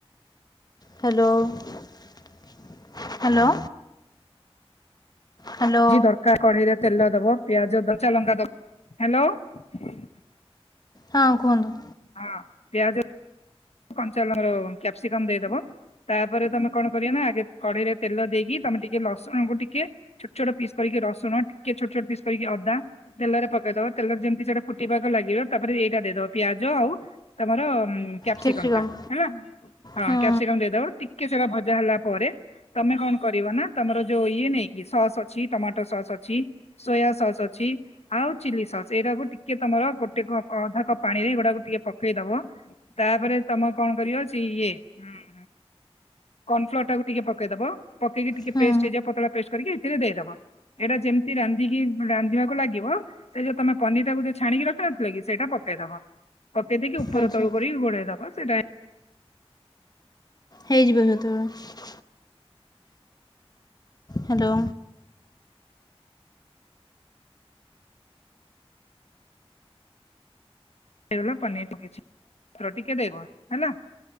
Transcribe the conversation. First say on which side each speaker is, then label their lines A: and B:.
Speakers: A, on the left; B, on the left.
A: Hello hello. Hello
B: ଜି ଦରକାର କଢିରେ ତେଲ ଦବ ପିଆଜ କଞ୍ଚା ଲଙ୍କା ଦବ ହ୍ୟାଲୋ।
A: ହଁ କୁହନ୍ତୁ।
B: ହଁ ପିଆଜ କଞ୍ଚା ଲଙ୍କର କ୍ୟାପ୍ସିକମ ଦେଇଦବ ତାପରେ ତମେ କଣ କରିବ ନା ଆଗେ କଢେଇରେ ତେଲ ଦେଇକି ତମେ ଟିକେ ଲସୁଣକୁ ଟିକେ ଛୋଟ ଛୋଟ ପିସ୍ କରିକି ରସୁଣ ଟିକେ ଛୋଟ ଛୋଟ ପିସ୍ କରିକି ଅଦା ତେଲରେ ପକେଇଦବ ତେଲରେ ଯେମିତି ସେଟା ଫୁଟିବାକୁ ଲାଗିବ ତାପରେ ଏଇଟା ଦେଇଦବ ପିଆଜ ଆଉ ତମର କ୍ୟାପସିକମ
A: କେଶରୀଗମ୍।
B: ଟା ହେଲା ହଁ
A: ହୁଁ
B: କ୍ୟାପସିକମ ଦେଇଦବ ଟି ଟିକେ ସେରା ଭଜା ହେଲା ପରେ ତମେ କଣ କରିବ ନା ତମର ଯୋଉ ଇଏ ନାଇଁକି ସସ୍ ଅଛି ଟମାଟୋ ସସ୍ ଅଛି ସୋୟା ସସ୍ ଅଛି ଆଉ ଚିଲି ସସ୍ ଏଇଟାକୁ ଟିକେ ତମର ଗୋଟେ କପ ଅଧା କପ୍ ପାଣିରେ ଏ ଗୁଡାକୁ ଟିକେ ପକେଇ ଦବ। ତାପରେ ତମେ କଣ କରିବ ଛି ଇଏ ହୁଁ। କନଫ୍ଲୋର ଟାକୁ ଟିକେ ପକେଇଦବ ପକେଇକି ଟିକେ
A: ହୁଁ
B: ପେଷ୍ଟ ହେଇଯିବ ପତଳା ପେଷ୍ଟ କରିକି ହେଥିରେ ଦେଇଦବା। ଏଟା ଯେମିତି ରାନ୍ଧିକି ରାନ୍ଧିବାକୁ ଲାଗିବ ସେ ଯୋଉ ତମେ ପନିର ଟାକୁ ଯଉ ଛାଣିକି ରଖିନ ଥିଲ କି ସେଇଟା ପକେଇଦବ। ପକେଇ ଦେଇକି ଉପର
A: ଆଚ୍ଛା
B: ତଳୁ କରି ଘୋଡେଇ ଦବା ସେଇଟା
A: ହେଇଯିବ ଯେତେବେଳେ। ହେଲୋ।
B: <unintelligible> ପନିର ପକେଇଛି କ୍ଷୀର ଟିକେ ଦେବ ହେଲା।